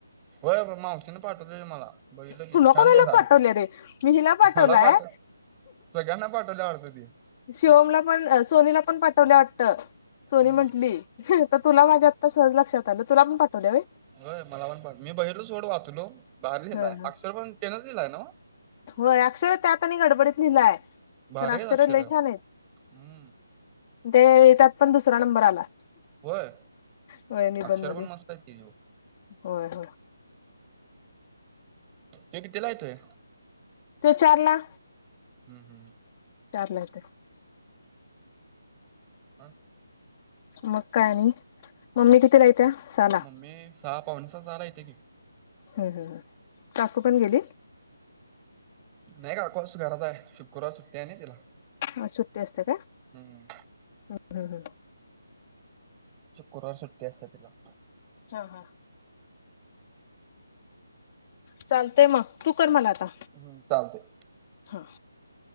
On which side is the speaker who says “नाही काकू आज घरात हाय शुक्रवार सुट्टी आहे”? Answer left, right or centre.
Right